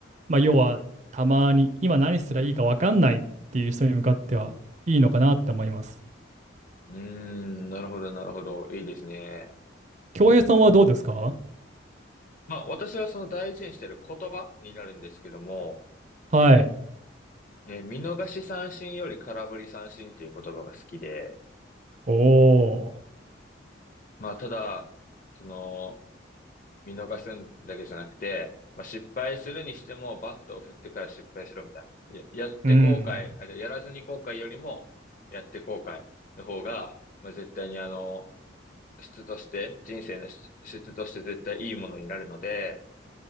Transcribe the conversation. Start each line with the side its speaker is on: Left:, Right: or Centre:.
Right: まあ、要はたまに今何すりゃいいか分かんないっていう人に向かってはいいのかなって思います。
Left: うーん。なるほど、なるほど。いいですね。
Right: 恭平さんはどうですか
Left: まあ、私はその大事にしている言葉になるんですけども、
Right: はい。
Left: えー見逃し三振より空振り三振っていう言葉が好きで、
Right: おー。
Left: まあ、ただ、その、見逃すんだけじゃなくて、まあ、失敗するにしても、バットを振ってから失敗しろみたいな。や、やって後悔、
Right: うん。
Left: あ、じゃやらずに後悔よりも、やって後悔の方が、まあ、絶対にあの、質として、人生の質質として絶対いいものになるので、